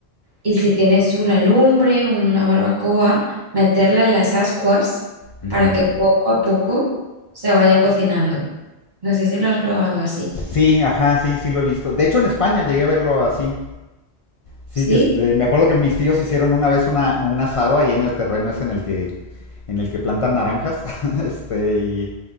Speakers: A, on the right; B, on the left.
A: y si tienes una lumbre, una barbacoa, meterla en las ascuas
B: ujú.
A: para que poco a poco se vaya cocinando. No sé si lo has probado así.
B: Sí, ajá, sí, sí lo he visto. De hecho, en España llegué a verlo así. Sí,
A: ¿Sí?
B: este, me acuerdo que mis tíos hicieron una vez una, un asado ahí en el terreno ese en el que, en el que plantan naranjas. <laughs> este, y